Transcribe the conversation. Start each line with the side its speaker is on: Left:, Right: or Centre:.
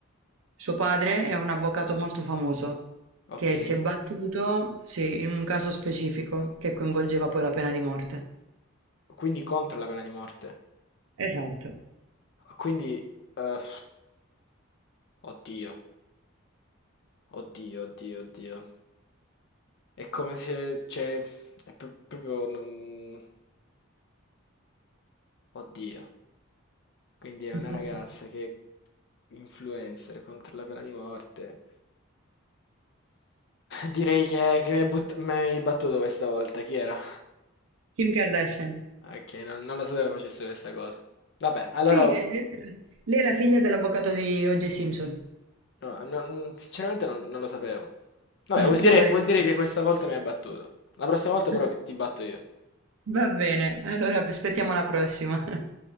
Right: Suo padre è un avvocato molto famoso,
Left: Ok.
Right: che si è battuto, sì, in un caso specifico che coinvolgeva poi la pena di morte.
Left: Quindi contro la pena di morte.
Right: Esatto.
Left: Quindi... eh, oddio, oddio, oddio, oddio. È come se... Cioè, è pro- proprio... non- Oddio, quindi è
Right: <laughs>
Left: una ragazza che influencer contro la pena di morte. Direi che, che mi hai butt- mi hai battuto questa volta, chi era?
Right: Kim Kardashian.
Left: Ok, non, non lo sapevo facesse questa cosa. Vabbè, allora...
Right: Sì, è- lei è la figlia dell'avvocato di O.J. Simpson.
Left: no, non- sinceramente non, non lo sapevo. Vabbè,
Right: Mm,
Left: vuol dire,
Right: uno degli
Left: vuol
Right: avvocati.
Left: dire che questa volta mi hai battuto. La prossima volta però
Right: <laughs>
Left: vi- ti batto io.
Right: Va bene, allora aspettiamo la prossima. <laughs>